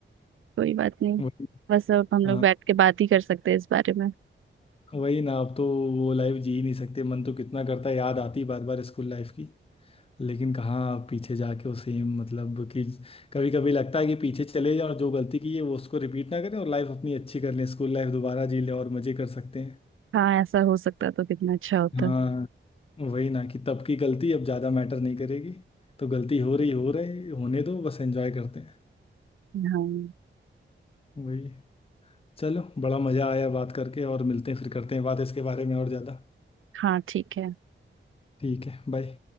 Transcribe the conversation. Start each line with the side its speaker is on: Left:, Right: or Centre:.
Right: कोई बात नहीं
Left: वही
Right: बस अब हम लोग
Left: हाँ।
Right: बैठ के बात ही कर सकते हैं इस बारे में
Left: वही ना अब तो वो लाइफ जी ही नहीं सकते मन तो कितना करता है याद आती बार बार स्कूल लाइफ की लेकिन कहाँ पीछे जाके वो सेम मतलब कि कभी कभी लगता है कि पीछे चले जाए और जो गलती की है वो उसको रिपीट ना करें और लाइफ अपनी अच्छी कर लें स्कूल लाइफ दोबारा जी लें और मजे कर सकते हैं
Right: हाँ ऐसा हो सकता तो कितना अच्छा होता
Left: हाँ वही ना कि तब की गलती अब ज़्यादा मैटर नहीं करेगी तो गलती हो रही हो रही होने दो बस एंजॉय करते हैं
Right: हाँ
Left: वही चलो बड़ा मज़ा आया बात करके और मिलते हैं फिर करते हैं बात इसके बारे में और ज़्यादा
Right: हाँ ठीक है
Left: ठीक है बाय